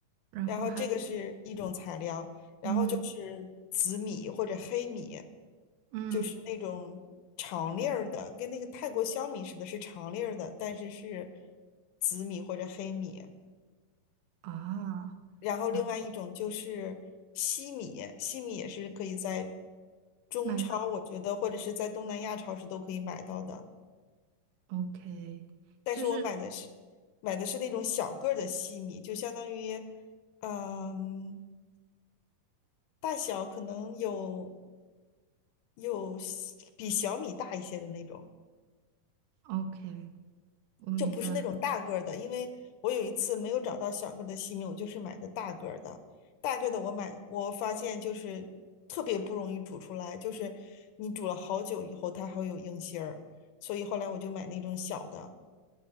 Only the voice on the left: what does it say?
然后这个是一种材料，
是紫米或者黑米，
就是那种长粒儿的，跟那个泰国香米似的，是长粒儿的，但是是紫米或者黑米。
然后另外一种就是西米，
西米也是可以在中超，
我觉得或者是在东南亚超市都可以买到的。
但是我买的是
买的是那种小个儿的西米，就相当于，嗯，大小可能有有比小米大一些的那种，
就不是那种大个儿的。因为我有一次没有找到小个儿的西米，我就是买的大个儿的。大个儿的我买，我发现就是特别不容易煮出来，就是你煮了好久以后，它还会有硬芯儿。所以后来我就买那种小的。